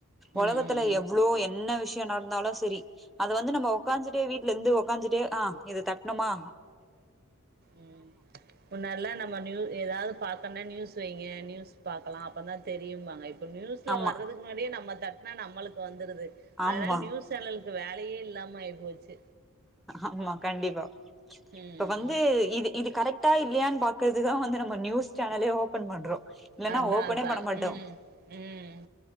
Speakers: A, on the right; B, in the centre.
A: ம்
B: ஒலகத்துல
A: ம் ம்
B: எவ்ளோ என்ன விஷ கே நடந்தாலு செரி அது வந்து நம்ம உக்காஞ்சிட்டே வீட்ல இருந்து உக்காஞ்சிட்டே ஆ இது தட்ணுமா
A: ம் முன்னல்லா நம்ம நியூ ஏதாது பாக்கன்னா நியூஸ் சோ இங்க நியூஸ் பாக்கலா அப்பந்தா தெரியிம்பாங்க இ ஒரு நியூஸ்ல
B: ஆமா
A: வர்துக்கு முன்னாடியே நம்ம தட் நம்மளுக்கு வந்துருது
B: ஆமா
A: அதனால நியூஸ் சேனல் இது வேலயே இல்லாமாய் போச்சு
B: ஆமா கண்டிப்பா
A: ம்
B: இப்ப வந்து இது இது கரெக்டா இல்லையான் பாக் ப்ப இதுதா வந்து நம்ம நியூஸ் சேனலே ஓபன் பண்றோ இல்லன்னா
A: அத் தா
B: ஓபனே
A: அத் தா
B: பண்ண மாட்டோ
A: ம் ம்